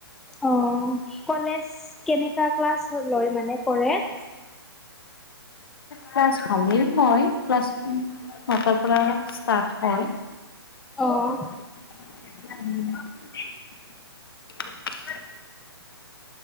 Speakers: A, in the centre; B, on the left (about 60°).
A: অ', কলেজ কেনেকা ক্লাছ লয় মানে কৰে? <inaudible>
B: ক্লাছ ভালেই, মই ক্লাছ নটাৰ পৰা ষ্টাৰ্ট হয়। <inaudible>
A: অ',